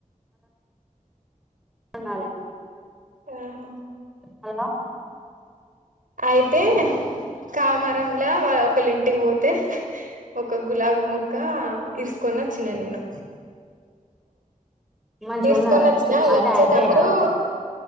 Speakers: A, in the centre; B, on the right (about 75°).
A: అర్థం కాలే
B: ఆహా
A: హలో
B: అయితే కామరం లో వాల్లు ఇంటికి పోతే ఒక గులాబీ మొక్క తీసుకొని వచ్చిన నేను
A: మంచిగున్నదా
B: తీసుకొని వచ్చినా
A: అంటే
B: వచ్చేటప్పుడు
A: హైబ్రిడా